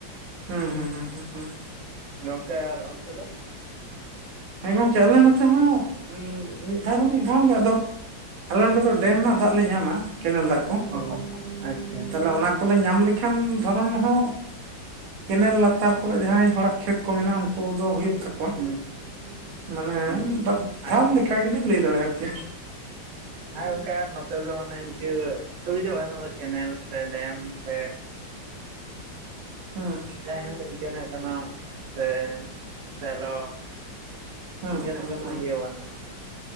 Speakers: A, on the right; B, on the right.
A: ᱦᱩᱸ ᱦᱩᱸ ᱦᱩᱸ ᱦᱩᱸ ᱦᱩᱸ᱾
B: ᱜᱚᱢᱠᱮ ᱟᱨ ᱚᱱᱛᱮ ᱫᱚ?
A: ᱦᱮᱸ ᱜᱚᱝᱠᱮ ᱟᱞᱮ ᱱᱚᱛᱮ ᱦᱚᱸ ᱢᱤᱫ ᱫᱷᱟᱣ ᱫᱚ ᱢᱤᱫ ᱫᱷᱟᱣ ᱜᱮ ᱟᱫᱚ, ᱟᱞᱮ ᱱᱚᱸᱰᱮ ᱫᱚ ᱰᱮᱢ ᱨᱮᱱᱟᱜ ᱫᱟᱜ ᱞᱮ ᱧᱟᱢᱟ ᱠᱮᱱᱮᱞ ᱫᱟᱜ ᱠᱚ,
B: ᱚ ᱟᱪᱪᱷᱟ
A: ᱛᱟᱦᱞᱮ ᱚᱱᱟ ᱠᱚᱞᱮ ᱧᱟᱢ ᱞᱮ ᱠᱷᱟᱱ ᱫᱷᱚᱨᱚᱱ ᱦᱚᱸ, ᱠᱮᱱᱮᱞ ᱞᱟᱛᱟᱨ ᱠᱚᱨᱮ ᱡᱟᱦᱟᱸᱭ ᱦᱚᱲᱟᱜ ᱠᱷᱮᱛ ᱠᱚ ᱢᱮᱱᱟᱜᱼᱟ, ᱠᱩ ᱫᱚ ᱦᱩᱭᱩᱜ ᱛᱟᱠᱚᱣᱟ᱾
B: ᱦᱩᱸ
A: ᱢᱟᱱᱮ
B: ᱦᱩᱸ
A: ᱵᱟᱨ ᱫᱷᱟᱣ
B: ᱟᱪᱪᱷᱟ,
A: ᱞᱮᱠᱟ ᱜᱮᱵᱤᱱ ᱞᱟᱹᱭ ᱫᱟᱲᱮᱭᱟᱜᱼᱟ ᱟᱨᱠᱤ
B: ᱦᱮᱸ ᱜᱚᱝᱠᱮ ᱟᱨ ᱱᱚᱛᱮ ᱫᱚ ᱚᱱᱮ ᱤᱱᱠᱟᱹ᱾ ᱥᱩᱵᱤᱫᱷᱟ ᱵᱟᱹᱱᱩᱜᱼᱟ, ᱠᱮᱱᱮᱞ ᱥᱮ ᱰᱮᱢ ᱥᱮ
A: ᱦᱩᱸ᱾
B: ᱡᱟᱭᱦᱳᱠ ᱤᱱᱠᱟᱹᱱᱟᱜ ᱠᱟᱱᱟ ᱥᱮ ᱥᱮᱞᱚ,
A: ᱦᱩᱸ
B: ᱤᱱᱠᱟᱹᱱᱟᱜ
A: ᱦᱩᱸ
B: ᱠᱳᱱᱳ
A: ᱦᱩᱸ
B: ᱤᱭᱟᱹ ᱵᱟᱹᱱᱩᱜᱼᱟ,